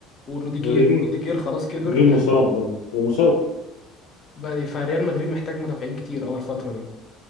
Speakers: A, on the left; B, on the left.
A: وروديجير
B: وديجير
A: وروديجير خلاص كبر
B: نجيب
A: يعني
B: مصاب برضه ومصاب
A: ب- فريال مدريد محتاج مدافعين كتير اول الفترة دي